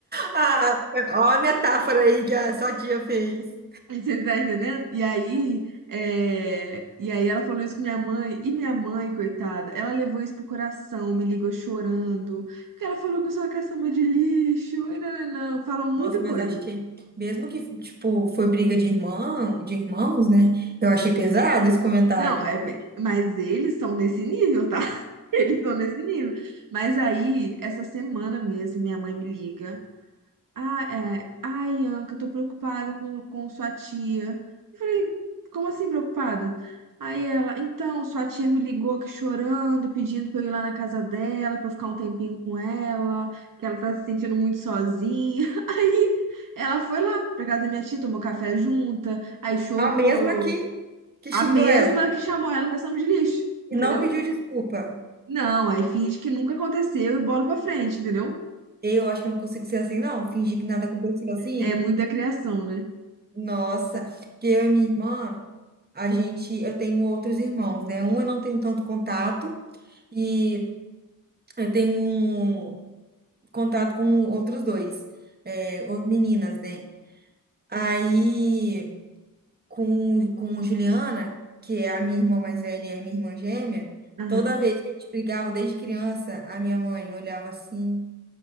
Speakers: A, on the right (about 30°); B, on the right (about 70°).
A: Ah, ó a metáfora aí que a sua tia fez.
B: Você tá entendendo? E aí, é, e aí ela falou isso com minha mãe, e minha mãe, coitada, ela levou isso pro coração, me ligou chorando, porque ela falou que eu sou uma caçamba de lixo, e não falam muita
A: Nossa, mas
B: coisa.
A: achei, mesmo que, tipo, foi briga de irmão, de irmãos, né? Eu achei pesado esse comentário,
B: Não, é,
A: pô.
B: be- mas eles são nesse nível, tá? <laughs> Eles são nesse nível. Mas aí, essa semana mesmo, minha mãe me liga. Ah, é. Ai, Anca, eu tô preocupada com, com sua tia. Eu falei, como assim preocupada? Aí ela, então, sua tia me ligou aqui chorando, pedindo pra eu ir lá na casa dela, pra eu ficar um tempinho com ela, que ela tá se sentindo muito sozinha. <laughs> Aí ela foi lá pra casa da minha tia, tomou café junta, aí chorou.
A: A mesma que, que
B: A
A: xingou
B: mesma
A: ela
B: que chamou ela de ação de lixo,
A: e
B: entendeu?
A: não pediu desculpa.
B: Não, aí finge que nunca aconteceu e bola pra frente, entendeu?
A: Eu acho que eu não consigo ser assim, não. Fingir que nada aconteceu assim.
B: É muito da criação, né?
A: Nossa, porque eu e minha irmã, a gente, eu tenho outros irmãos, né? Um eu não tenho tanto contato e eu tenho um. contato com outros dois, é, ou- meninas, né? Aí, com, com Juliana, que é a minha irmã mais velha e a minha irmã gêmea,
B: Aham.
A: toda vez que a gente brigava desde criança, a minha mãe olhava assim,